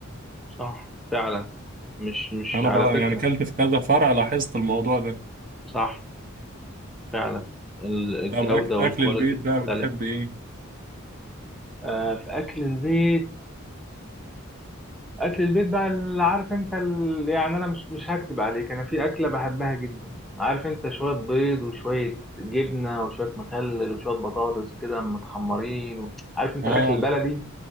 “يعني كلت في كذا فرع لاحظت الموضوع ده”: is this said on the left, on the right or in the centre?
Right